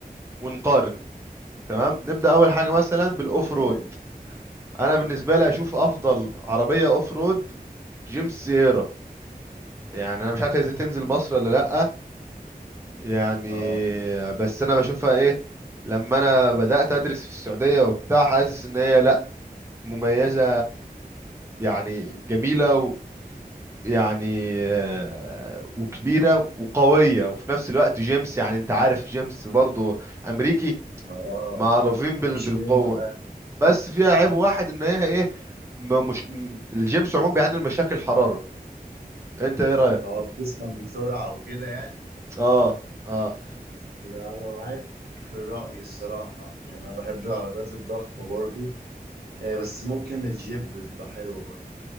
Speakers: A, on the right (about 15°); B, on the right (about 90°).
A: ونقارن تمام نبدأ أول حاجة مثلا بالأوف
B: ممتاز
A: رود أنا بالنسبة لي أشوف أفضل عربية أوف رود جيمس سييرا يعني أنا مش عارف هي إزاي تنزل
B: مم.
A: مصر ولا لأ يعني
B: اه
A: بس أنا بشوفها إيه لما أنا بدأت أدرس في السعودية وبتاع حاسس إن هي لأ مميزة يعني جميلة يعني آه، وكبيرة وقوية وفي نفس الوقت جيمس يعني انت عارف جيمس برضو امريكي
B: اه
A: معروفين بال-
B: مفيش
A: بالقوة
B: منه بقى
A: بس فيها عيب واحد ان هي ايه م- مش م- الجيمس عموما بيعاني من مشاكل حرارة انت ايه رأيك
B: اه بتسخن بسرعة وكده يعني
A: اه اه
B: لا أنا معاك في الرأي الصراحة يعني أنا بحب العربيات الضخمة برضو آه، بس ممكن الجيب تبقى حلوة برضو